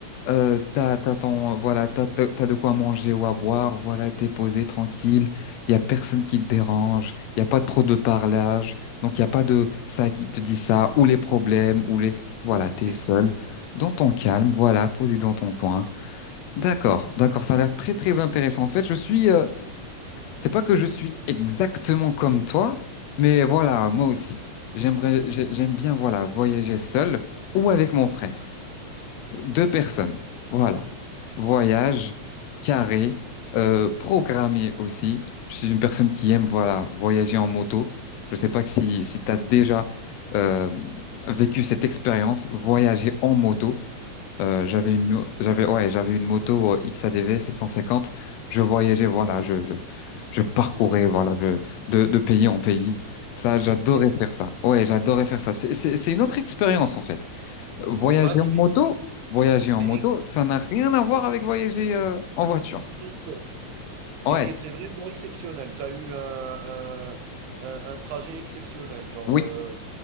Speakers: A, on the left (about 75°); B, on the right (about 90°).
A: euh, t'as,
B: exact.
A: t'as ton, voilà, t'as, t'as t'as de quoi manger ou à boire, voilà, t'es posé, tranquille, il y a personne qui te dérange, il y a pas trop de parlage, donc il y a pas de ça qui te dit ça, ou les problèmes, ou les, voilà, t'es
B: Oui,
A: seul, dans ton calme, voilà, posé dans ton coin. D'accord, d'accord, ça a l'air très, très intéressant. En fait, je suis, euh, c'est pas que je suis exactement comme toi, mais voilà, moi aussi. J'aimerais,
B: oui,
A: j'ai- j'aime bien, voilà, voyager seul ou avec mon frère. Deux personnes. Voilà. Voyage, carré, euh, programmé aussi. Je suis une personne qui aime, voilà, voyager en moto. Je sais pas que si, si tu as déjà euh, vécu cette expérience, voyager en moto. Euh, j'avais
B: oui,
A: une, mo- j'avais, ouais, j'avais une moto euh, XADV 750. Je voyageais,
B: oui,
A: voilà, je, je, je parcourais,
B: c'est très
A: voilà,
B: bien,
A: je- de, de pays en pays. Ça, j'adorais
B: c'est très bien,
A: faire ça. Ouais, j'adorais faire ça. C'est, c'est, c'est une autre expérience, en fait. Euh, Voyager
B: c'est magnifique,
A: en moto, voyager
B: c'est
A: en moto,
B: exceptionnel,
A: ça n'a rien à voir avec voyager, euh, en voiture.
B: bien sûr. C'est
A: Ouais,
B: et c'est vraiment exceptionnel. Tu as eu un un un un trajet exceptionnel, genre,
A: oui,
B: heu